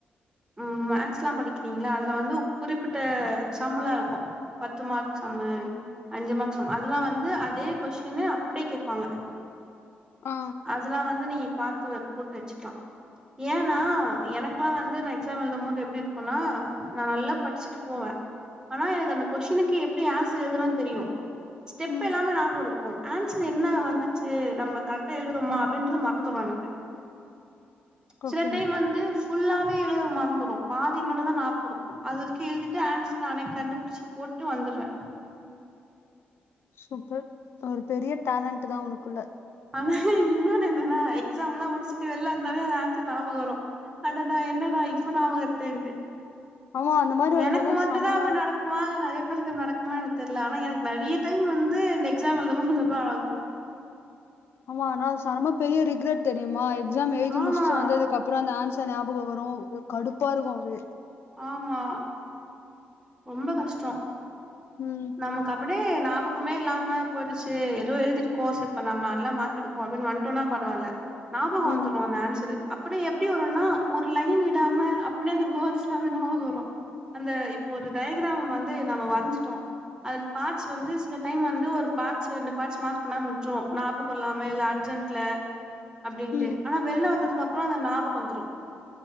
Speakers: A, on the right (about 15°); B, on the left (about 65°).
A: உம் மேக்ஸ்ல்லா படிக்கிறீங்களா அதுல வந்து குறிப்பிட்ட சம்ளா இருக்கு பத்து மார்க்கு சம்மு அஞ்சு மார்க் சம்மு அதெல்லா வந்து அதே கொஷ்டினு அப்படியே கேப்பாங்க <inaudible>
B: ஆ
A: அதெல்லா வந்து நீங்க பாத்து வ போட்டு வச்சுக்கலா ஏன்னா எனக்குலா வந்து நா எக்ஸாம் எழுதும் போது எப்படி இருக்கும்னா நா நல்லா படிச்சுட்டு போவே ஆனா எனக்கு அந்த கொஷ்டினுக்கு எப்படி ஆன்சர் எழுதுணுனு தெரியு ஸ்டெப்பு
B: ம்
A: எல்லாமே நாபகோ இருக்கு ஆன்சர் என்னா வந்துச்சு நம்ம கரெக்டா எழுதுறோமா அப்படின்றது மறந்துரு எனக்கு
B: ஓகே
A: சில டைம் வந்து ஃபுல்லாவே எழுத மறந்துரு பாதி மட்டு தா ஞாபகோ இருக்கு அது வரைக்கு எழுதிட்டு ஆண்ஸ்ஸர் நானே கண்டுபுடிச்சி போட்டு வந்துருவே
B: சூப்பர் ஒரு பெரிய டேலண்ட் தா உனக்குள்ள
A: ஆனா இன்னொன்னு என்னன்னா எக்ஸாம் எல்லா முடிச்சுட்டு வெள்ள வந்தோனே அந்த ஆன்சர் ஞாபகோ வரு அடடா என்னடா இப்ப ஞாபகோ வருதுன்டு
B: ஆமா அந்த மாரி வரும்போதுதா
A: எனக்கு மட்டுதா
B: செமையா
A: அப்டி
B: இருக்கு
A: நடக்குமா இல்ல நறையப்பெ நறைய பேருகக்கு நடக்குமா எனக்கு தெர்ல ஆனா எனக்கு நெறைய டைம் வந்து இந்த எக்ஸாம் எழுதும்போது அப்படியாகு
B: ஆமா ஆனா செம பெரிய ரிக்ரெட் தெரியுமா எக்ஸாம் எழுதி
A: ஆமா
B: முடிச்சுட்டு வந்ததுக்கு அப் அப்புறோ அந்த ஆன்சரா ஞாபகோ வரு ஏ கடுப்பா இருக்கு அது
A: ஆமா ரொம்ப கஷ்டோ
B: உம்
A: நமக்கு அப்படேயே ஞாபகமே இல்லாம போயிடுச்சு ஏதோ எழுதிருக்கோ சேரி இப்ப நம்ம நல்ல மார்க் எடுப் ஓ அப்படின்னு வந்துட்டோன்னா பரவால்ல ஞாபகோ
B: ம்
A: வந்துரு அந்த ஆன்சரு அப்றோ எப்டி வருன்னா ஒரு லைன் விடாம அப்டியே அந்த வேர்ட்ஸ்லா அப்ப நியாபகோ வரு அந்த இப் ஒரு டயகிராம வந்து நம்ம வரஞ்சிட்டோ அதுல பாட்ஸ் வந்து சில டைம் வந்து ஒரு பாட்ஸ் ரெண்டு பாட்ஸ் மார்க் பண்ணாம விட்ருவோ ஞாப இல்லாம இல்ல அர்ஜெட் ல அப்டின்ட்டு
B: ம்
A: ஆனா வெள்ள வந்ததுக்கு அப்பற அந்த ஞாபக வந்துரு